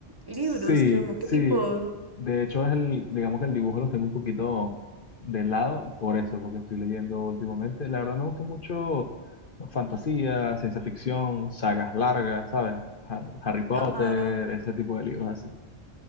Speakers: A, on the right; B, on the left.
A: libros,
B: Sí,
A: como qué
B: sí.
A: tipo,
B: De hecho, es el, digamos que el dibujo los tengo un poquito de lado por eso, porque estoy leyendo últimamente. La verdad me gusta mucho fantasía, ciencia ficción, sagas largas, ¿sabes? Har- Harry Potter,
A: ajá.
B: ese tipo de libros así.